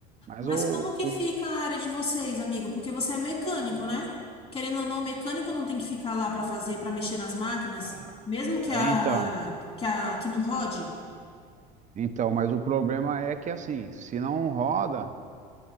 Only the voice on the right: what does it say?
Mas
o,
o-
ah,
é, então,
então, mas o problema é que assim, se não roda,